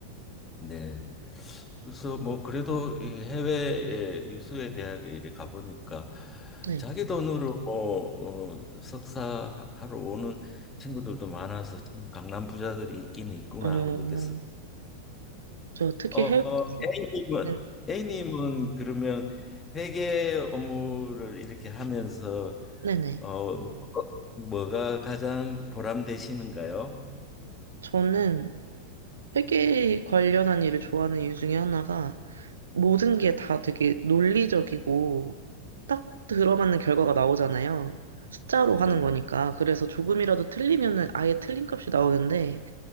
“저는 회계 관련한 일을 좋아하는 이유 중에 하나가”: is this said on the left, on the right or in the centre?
Right